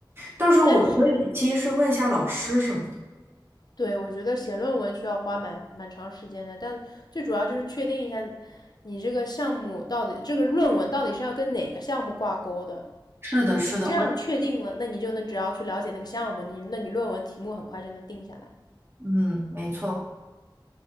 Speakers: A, on the right; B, on the left.
A: 到时候我可以其实问一下老师什么的。
B: 但是对，我觉得写论文需要花蛮蛮长时间的，但最主要就是确定一下你这个项目到底，这个论文到底是要跟哪个项目挂钩的。
A: 是的，是的，
B: 你这样确定了，
A: 我
B: 那你就能只要去了解那个项目，你那你论文题目很快就能定下来。
A: 嗯，没错。